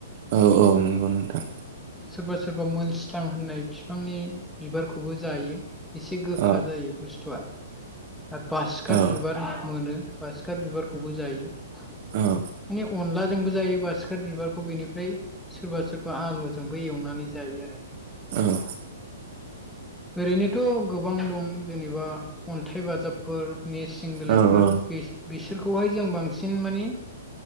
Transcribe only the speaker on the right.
औ औ नंगौ नोंथां।
औ
औ
औ
ओ
औ औ